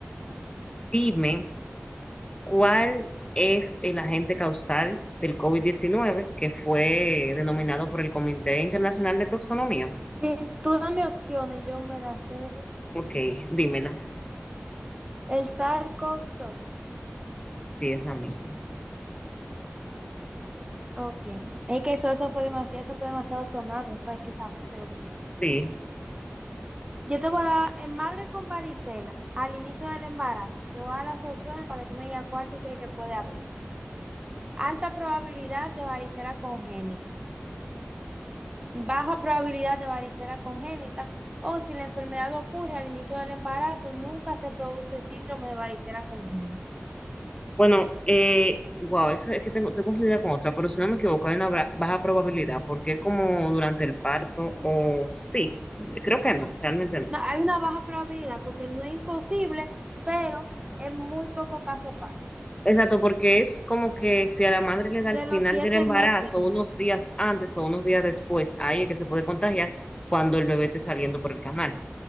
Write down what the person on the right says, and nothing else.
sí, tú dame opciones, yo me las sé.
El Sarkov 2.
Ok. Es que eso, eso fue demasiado, eso fue demasiado sonado. Eso hay que saber, se lo obligado.
Yo te voy a dar en madre con varicela al inicio del embarazo. Te voy a dar las opciones para que tú me digas cuál tú crees que puede haber. Alta probabilidad de varicela congénita, baja probabilidad de varicela congénita, o si la enfermedad ocurre al inicio del embarazo, nunca se produce síndrome de varicela congénita.
No, hay una baja probabilidad porque no es imposible, pero en muy poco caso pasa.
De
los siete
meses.